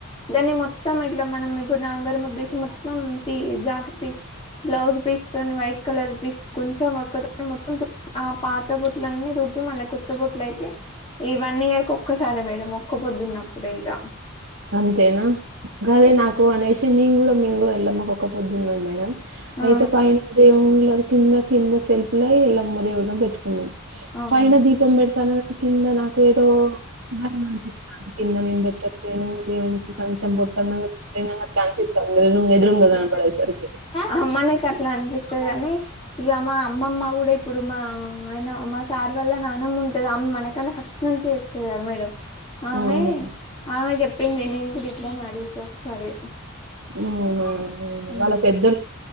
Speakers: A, on the left; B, on the right.
A: దాన్ని మొత్తం ఇట్లా మనం ఇప్పుడు నాంగారం వద్దఏసీ మొత్తం పి జాక్ పీస్ బ్లౌజ్ పీస్తోని వైట్ కలర్ పీస్ కొంచెం ఒక మొత్తం ఆ పాత బుట్లన్నీ తు మళ్ళీ కొత్త బొట్ల అయితే ఈ వన్ ఇయర్ కొక్క సారే మేడం ఒక్క పొద్దున్నప్పుడే ఇగ
B: అంతేనా గదే
A: మేడం
B: నాకు అనేసి నిను కూడా మేము కూడా ఎల్లమ్మ కు ఒక్క పొద్దున్నాం మేడం
A: ఆ
B: అయితే పైన దేవుళ్ల కింద కింద శెల్పుల ఎల్లమ్మ దేవుడను పెట్టుకున్నాం
A: అవును
B: పైన
A: మేడం
B: దీపం పెడతాన కింద నాకు ఏదో <unintelligible> కింద నేను పెట్టన్ దేవునికి కనీసం బోట్టన్న పెట్టట్లేనని అట్లా అనిపితంది ఎదురుంగా ఎదురుంగ కనపడేసరికి
A: ఆ మనకట్లన్ నిపిస్తాదీ కానీ ఇగ మా అమ్మమ్మ కూడా ఇప్పుడు మా ఆయన మా సార్ వల్ల నానమ్ముంటది ఆమె మనకన్నాే ఫస్ట్ నుంచి చెత్తది కదా మేడం ఆమె
B: అవును
A: ఆమె చెప్పింది నేను కూడా ఇట్లనే అడుగుతే ఒకసారి
B: అవునా
A: ఆ
B: అవును వాళ్ళ పెద్దోళ్ళు